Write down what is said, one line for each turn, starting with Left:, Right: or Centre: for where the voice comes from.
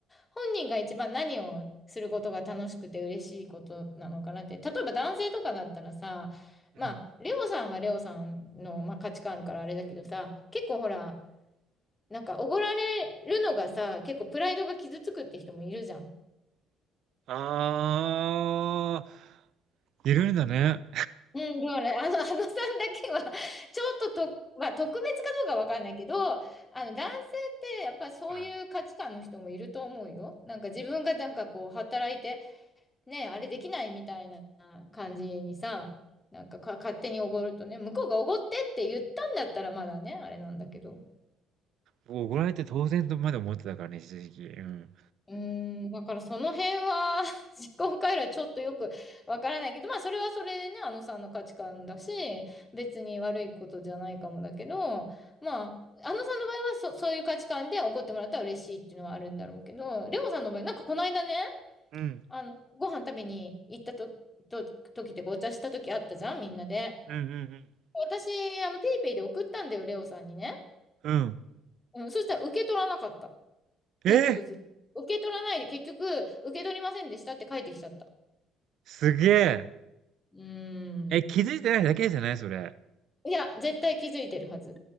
Left: 本人が一番何をすることが楽しくて嬉しいことなのかなって。例えば男性とかだったらさ、まあ、
Right: うん。
Left: レオさんはレオさんの、まあ、価値観あるからあれだけどさ、結構ほら、なんかおごられるのがさ、結構プライドが傷つくって人もいるじゃん。
Right: ああ、いるんだね。
Left: うん、だから、あの、あのさんだけは、ちょっとと、まあ、特別かどうかわかんないけど、あの、男性ってやっぱそういう価値観の人もいると思うよ。
Right: うん。
Left: なんか自分がなんかこう、働いて、ね、あれできないみたいな感じにさ、なんか、か、勝手におごるとね、向こうがおごってって言ったんだったらまだね、あれなんだけど。
Right: 僕怒られて当然とまで思ってたからね、一時期。うん。
Left: うーん、だからその辺は <laughs> 思考回路はちょっとよくわからないけど、まあそれはそれでね、あのさんの価値観だし、別に悪いことじゃないかもだけど、まあ、あのさんの場合はそ、そういう価値観で怒ってもらったら嬉しいっていうのはあるんだろうけど、レオさんの場合、なんかこの間ね、
Right: うん。
Left: あの、ご飯食べに行ったと、と、時っていうかお茶した時あったじゃん、みんなで。
Right: うんうんうん。
Left: 私、あの、ペイペイで送ったんだよ、レオさんにね。
Right: うん。
Left: うん、そしたら受け取らなかった。
Right: え
Left: 結局ずっと。受け取らないで、結局、受け取りませんでしたって書いてきちゃった。
Right: すげえ。
Left: うー
Right: え、
Left: ん。
Right: 気づいてないだけじゃないそれ。
Left: いや、絶対気づいてるはず。